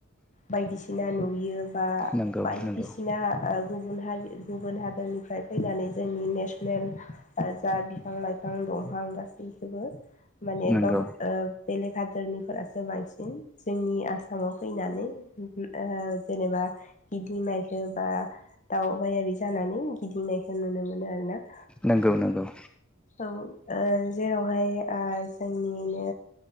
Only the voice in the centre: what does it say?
नंगौ
नंगौ
नंगौ
नंगौ नंगौ